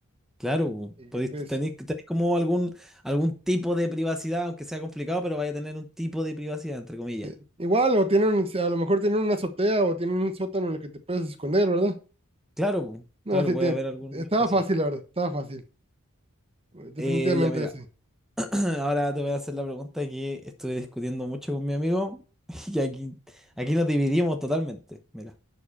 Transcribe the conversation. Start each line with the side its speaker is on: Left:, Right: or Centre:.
Centre: Claro, po,
Right: Y
Centre: podéis-
Right: pues
Centre: tenéis, tenéis como algún, algún tipo de privacidad, aunque sea complicado, pero vaya a tener un tipo de privacidad, entre comillas.
Right: Eh, Igual, o tienen, si a lo mejor tienen una azotea o tienen un sótano en el que te puedes esconder, ¿verdad?
Centre: Claro, po,
Right: No,
Centre: claro,
Right: sí,
Centre: puede
Right: tiene-
Centre: haber algún
Right: estaba
Centre: espacio.
Right: fácil, la verdad, estaba fácil. Eh, Definitivamente
Centre: Eh, ya mira,
Right: sí.
Centre: <clears throat> ahora te voy a hacer la pregunta que estuve discutiendo mucho con mi amigo <laughs> y aquí, aquí nos dividimos totalmente. Mira.